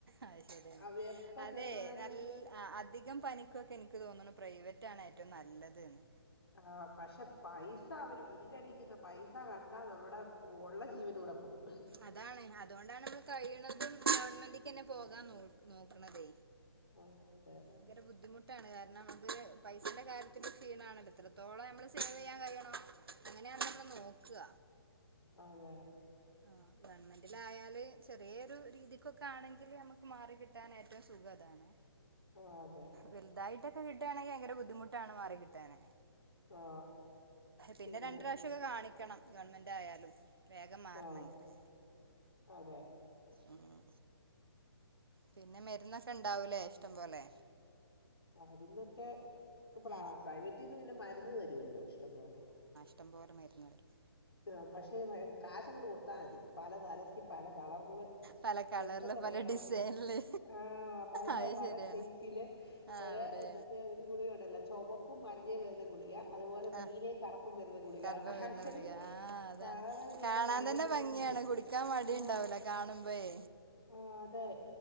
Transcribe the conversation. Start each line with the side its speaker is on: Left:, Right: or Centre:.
Right: അത് ശരിയാണ്
Left: അവരെപ്പ
Right: അതെ
Left: ചെന്നാലും
Right: നല്ല അധികം പനിക്കൊക്കെ എനിക്ക് തോന്നുന്നു പ്രൈവറ്റാണ് ഏറ്റവും നല്ലത് ന്ന്
Left: ആ പക്ഷെ പൈസ അവര് ബില്ലടിക്കുന്ന പൈസ കണ്ടാ നമ്മുടെ ഉള്ള ജീവനൂടെ പോകും.
Right: അതാണ് അതുകൊണ്ടാണ് നമ്മള് കഴിയണതും ഗവൺമെന്റിക്കന്നെ പോകാൻ നോ നോക്കണതേ.
Left: ആ അതെ.
Right: ഭയങ്കര ബുദ്ധിമുട്ടാണ് കാരണം അത് പൈസന്റെ കാര്യത്തി ക്ഷീണാണല്ലോ എത്രത്തോളം നമ്മള് സേവ് ചെയ്യാൻ കഴിയണോ അങ്ങനെയാണല്ലോ നമ്മള് നോക്കുക.
Left: അതെ
Right: ആ ഗവണ്മെന്റിലായാല് ചെറിയൊരു രീതിക്കൊക്കെ ആണെങ്കില്, നമുക്ക് മാറി കിട്ടാൻ ഏറ്റവും സുഖതാണ്.
Left: ആ, അതെ
Right: വലുതായിട്ട് ക്കെ കിട്ടുവാണെങ്കിൽ ഭയങ്കര ബുദ്ധിമുട്ടാണ് മാറി കിട്ടാന്.
Left: ആ ശരിയാ
Right: പിന്നെ രണ്ട് പ്രാവശ്യൊക്കെ കാണിക്കണം. ഗവൺമെന്റ് ആയാലും വേഗം മാറണെങ്കില്
Left: ആഹ് അതെ. ഉ <inaudible>
Right: ഉം പിന്നെ മരുന്നൊക്കെ ഇണ്ടാവൂലേ ഇഷ്ടം പോലെ
Left: മരുന്നൊക്കെ പ്ര
Right: ഉം
Left: പ്രൈവറ്റീന്ന് പിന്നെ മ ഇന്ന് വരുമല്ലോ? ഇഷ്ടം പോലെ.
Right: <unintelligible> പോലെ മരുന്ന് തരും.
Left: ആ പക്ഷേ കാശങ്ങട് കൊടുത്താൽ മതി പലതരത്തിൽ പല കളറില്
Right: പല കളറില്
Left: എന്തൊക്കെ
Right: പല
Left: വേണം
Right: ഡിസൈനില്
Left: ആഹ് പല
Right: അത്
Left: പല
Right: ശരിയാണ്
Left: ഷേപ്പില്
Right: ആ
Left: ഒര
Right: അവിടെ
Left: മറ്റേ ഒരു ഗുളികയുണ്ടല്ലോ ചുവപ്പും മഞ്ഞയും വരുന്ന ഗുളിക അതുപോലെ നീലയും
Right: ആ
Left: കറുപ്പും വരുന്ന ഗുളിക
Right: കറുപ്പം
Left: അങ്ങനെ
Right: വരുന്ന ഗുളിക ആ അതാണ്
Left: കളർ ഇങ്ങനെ
Right: കാണാൻ
Left: മഴവില്ല്
Right: തന്നെ ഭംഗിയാണ്
Left: പോലെ തരും
Right: കുടിക്കാൻ മടിയുണ്ടാവൂല
Left: ആഹ്
Right: കാണുമ്പോഴേ
Left: ആഹ് അതെ